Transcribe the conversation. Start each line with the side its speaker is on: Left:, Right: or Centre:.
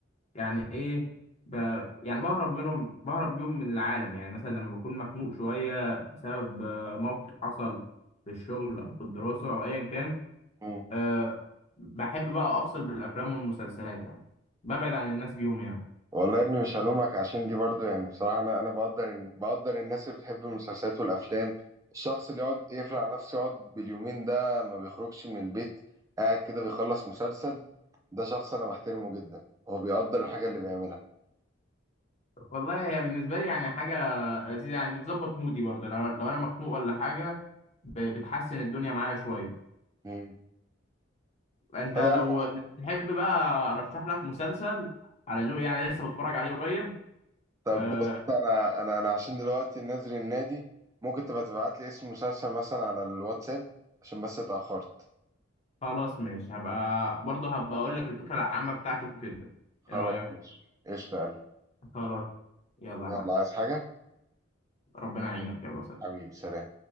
Left: يعني إيه ب... يعني بهرب منهم بهرب بيهم من العالم يعني مثلا لما بكون مخنوق شوية بسبب آه، موقف حصل في الشغل أو في الدراسة أو أيا كان
Right: مم.
Left: آه بحب بقى أفصل بالأفلام والمسلسلات يعني ببعد عن الناس بيهم يعني
Right: والله يا ابني مش هلومك عشان دي برضو يعني بصراحة أنا أنا بقدر بقدر الناس اللي بتحب المسلسلات والأفلام الشخص اللي يقعد يقفل على نفسه يقعد باليومين ده ما بيخرجش من البيت قاعد كده بيخلص مسلسل ده شخص أنا بحترمه جدا هو بيقدر الحاجة اللي بيعملها
Left: والله هي بالنسبة لي يعني حاجة لذيذ يعني بتظبط مودي برضه لو لو انا مخنوق ولا حاجه ب- بتحسن الدنيا معايا شويه
Right: مم.
Left: انت
Right: طب
Left: لو
Right: يا عم
Left: لو تحب بقى ارشح لك مسلسل على ذوقي يعني لسه بتفرج عليه قريب
Right: طب
Left: آه
Right: بص انا انا انا عشان دلوقتي نازل النادي ممكن تبقى تبعت لي اسم مسلسل مثلا على الواتساب عشان بس اتأخرت
Left: خلاص ماشي هبقى برضه هبقى اقول لك الفكره العامه بتاعته كده
Right: خلاص
Left: ايه رايك
Right: ماشي قشطة يا قلبي
Left: خلاص يلا
Right: يلا
Left: يا معلم
Right: عايز حاجة
Left: ربنا يعينك يلا سلام
Right: حبيبي سلام